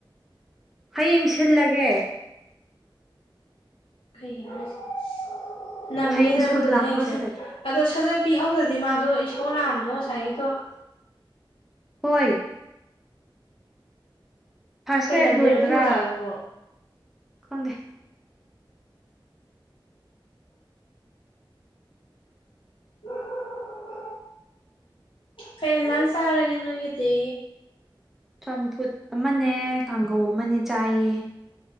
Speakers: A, in the centre; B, on the left.
A: ꯍꯌꯦꯡ ꯁꯤꯜꯂꯒꯦ
B: ꯀꯩꯒꯤꯅꯣ ꯍꯥꯏꯁꯦ ꯅꯪꯅꯤꯗ
A: ꯍꯌꯦꯡ ꯁ꯭ꯀꯨꯜ
B: ꯑꯗꯨꯕꯨꯗꯤ
A: ꯂꯥꯛꯄꯒ
B: ꯍꯌꯦꯡ ꯁꯤꯟꯂꯣ
A: ꯁꯤꯜꯂꯒꯦ
B: ꯑꯗꯣ ꯁꯥꯖꯠ ꯄꯤꯍꯧꯗ꯭ꯔꯗꯤ ꯃꯥꯗꯣ ꯏꯁꯧ ꯂꯥꯡꯕꯗꯣ ꯉꯁꯥꯏꯒꯤꯗꯣ꯫
A: ꯍꯣꯏ ꯐꯥꯔꯁ
B: ꯀꯩ
A: ꯄꯦꯔꯠ
B: ꯂꯝꯗꯩꯅꯣ
A: ꯂꯣꯏꯔꯒꯔꯥ
B: ꯑꯗꯨ ꯑꯣꯖꯥꯗꯨꯕꯣ
A: ꯈꯪꯗꯦ꯫
B: <unintelligible> ꯀꯩ ꯏꯟꯖꯥꯡ ꯆꯥꯔꯒꯦ ꯅꯣꯏꯒꯤꯗꯤ꯫
A: ꯆꯝꯐꯨꯠ ꯑꯃꯅꯦ ꯀꯥꯡꯒꯧ ꯑꯃꯅꯦ ꯆꯥꯏꯌꯦ꯫